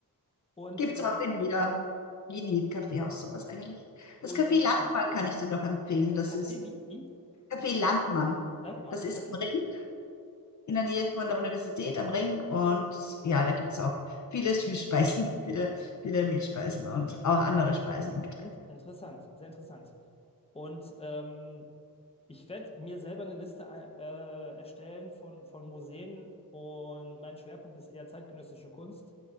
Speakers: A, on the left (about 15°); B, on the left (about 55°).
A: Und,
B: Gibt
A: äh,
B: es auch in jeder, in jedem Kaffeehaus sowas eigentlich.
A: und
B: Das Café Landmann
A: ja,
B: kann ich dir noch empfehlen.
A: Ka-
B: Das
A: Kaffee,
B: ist
A: wie, wie?
B: Café Landmann.
A: Landmann,
B: Das ist
A: okay.
B: am Ring. in der Nähe von der Universität am Ring. Und ja, da gibt es auch viele Süßspeisen, <laughs> viele, viele Mehlspeisen und auch andere Speisen. und Getränke.
A: In interessant, sehr interessant. Und ähm, Ich werde mir selber eine Liste äh, äh, erstellen von, von Museen und mein Schwerpunkt ist eher zeitgenössische Kunst.